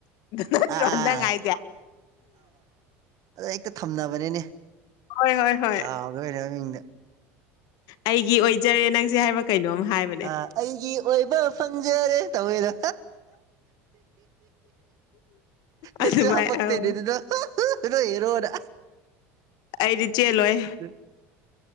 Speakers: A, on the left; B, on the right.
A: ꯅꯠꯇꯔꫭ
B: ꯑꯥ ꯑꯥ
A: ꯅꯪ ꯍꯥꯏꯖ
B: ꯑꯗꯣ ꯍꯦꯛꯇ ꯊꯝꯅꯕꯅꯤꯅꯦ
A: ꯍꯣꯏ ꯍꯣꯏ ꯍꯣꯏ
B: ꯀꯥꯗ ꯃꯤꯡꯗ
A: ꯑꯩꯒꯤ ꯑꯣꯏꯖꯔꯦ ꯅꯪꯁꯦ ꯍꯥꯏꯕ꯭ꯔꯥ ꯀꯩꯅꯣꯝ ꯍꯥꯏꯕ
B: ꯑ ꯑꯩꯒꯤ ꯑꯣꯏꯕ ꯐꯪꯖꯔꯦ ꯇꯧꯋꯦꯗꯣ
A: ꯑꯗꯨꯃꯥꯏ
B: ꯅꯪꯁꯨ ꯍꯥꯄꯛꯇꯣꯏꯅꯦ
A: ꯑꯧ
B: ꯑꯗꯨꯅꯣ ꯅꯣꯏꯑꯔꯣꯅ
A: ꯑꯩꯗꯤ ꯆꯦꯜꯂꯣꯏ
B: <inaudible> <unintelligible>